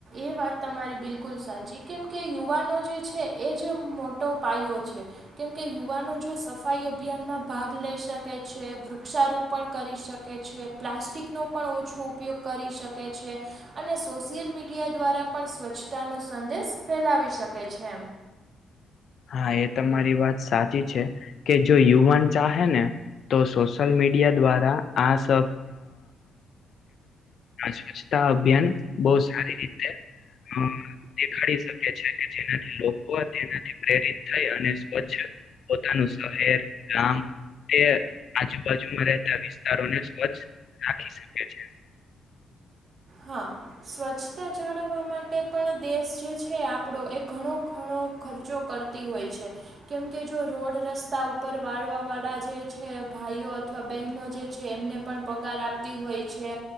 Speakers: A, on the right (about 45°); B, on the left (about 60°).
A: એ વાત તમારી બિલકુલ સાચી કેમ કે યુવાનો જે છે એ જે મોટો પાયો છે. કેમકે યુવાનો જો સફાઈ અભિયાનમાં ભાગ લઈ શકે છે વૃક્ષારોપણ કરી શકે છે પ્લાસ્ટિકનો પણ ઓછો ઉપયોગ કરી શકે છે, અને સોશિયલ મીડિયા દ્વારા પણ સ્વચ્છતાનો સંદેશ ફેલાવી શકે છે.
B: હા એ તમારી વાત સાચી છે, કે જો યુવાન ચાહે ને તો સોશિયલ મીડિયા દ્વારા આ સ સ્વચ્છતા અભિયાન બહ સારી રીતે અ દેખાડી શકે છે કે જેનાથી લોકો તેનાથી પ્રેરિત થઈ અને સ્વચ્છ પોતાનું શહેર, ગામ. તે આજુબાજુમાં રહેતા વિસ્તારો ને સ્વચ્છ રાખી શકે છે.
A: હા. સ્વચ્છતા જાળવવા માટે પણ દેશ જે છે આપણો એ ઘણો ઘણો ખર્ચો કરતી હોય છે. કેમ કે જો રોડ રસ્તા ઉપર વાળવા વાળા જે છે ભાઈઓ અથવા બહેનો જે છે એમને પણ પગાર આપતી હોય છે,